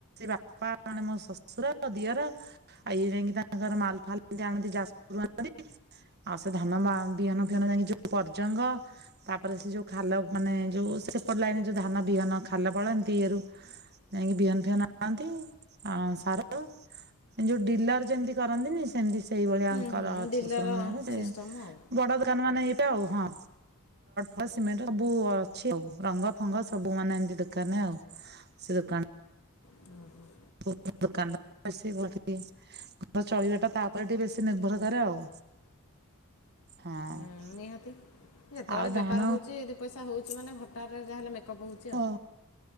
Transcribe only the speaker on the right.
ବାପା ମାନେ ମୋ ଶଶୁର। ଦିଅର ଆଉ ଇଏ ଯାଇକି ତାଙ୍କର ମାଲ ଫାଲତି ଆଣନ୍ତି ଯାଜପୁର୍ ରୁ ଆଣନ୍ତି। ଆଉ ସେ ଧାନ ବା ବିହନ ଫିହନ ଯାଇକି ଯୋଉ ପର୍ଜଙ୍ଗ ତାପରେ ସେ ଯୋଉ ଖାଲ ମାନେ ଯୋଉ ସେପଟ ଲାଇନ୍ ଯୋଉ ଧାନ ବିହନ ଖାଲ ପଳନ୍ତି ଇଏ ରୁ ଯାଇକି ବିହନ ଫିହନ ଆଣନ୍ତି। ଆଉ ସାର ଏ ଯୋଉ ଡିଲର ଯେମିତି କରନ୍ତିନି ସେମତି ସେଇଭଳିଆ।
କର
ଅଛି
ସୁରଙ୍ଗ ନାରେ ସେ
ବଡ ଦୋକାନ ମାନେ ହେଇବେ ଆଉ ହଁ ଫ ସିମେଣ୍ଟ ସବୁ ଅଛି ଆଉ ରଙ୍ଗ ଫଙ୍ଗ ସବୁ ମାନେ ଏମିତି ଦୋକାନରେ ଆଉ ସେ ଦୋକାନ
<unintelligible> ଘର ଚଳିବା ଟା ତାପରେ ଟିକେ ବେଶୀ ନିର୍ଭର କରେ ଆଉ। ହଁ।
ଆଉ ଧାନ
ହଁ।